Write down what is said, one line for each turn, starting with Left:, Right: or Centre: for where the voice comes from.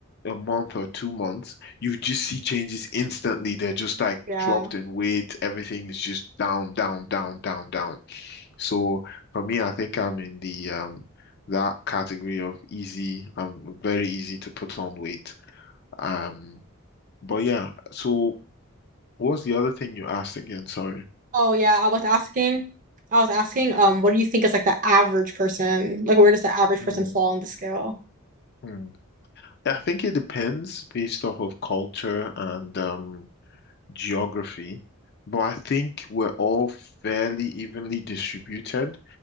Left: a month or two months, you just see changes instantly. They're just like
Right: Yeah.
Left: dropped in weight. Everything is just down, down, down, down, down. So for me, I think I'm in the um that category of easy. I'm very easy to put on weight. Um, but yeah, so what's the other thing you asked again? Sorry.
Right: Oh yeah, I was asking, I was asking, um, what do you think is like the average person? Like where does the average
Left: Hmm.
Right: person fall on the scale?
Left: Hmm. I think it depends based off of culture and um geography, but I think we're all fairly evenly distributed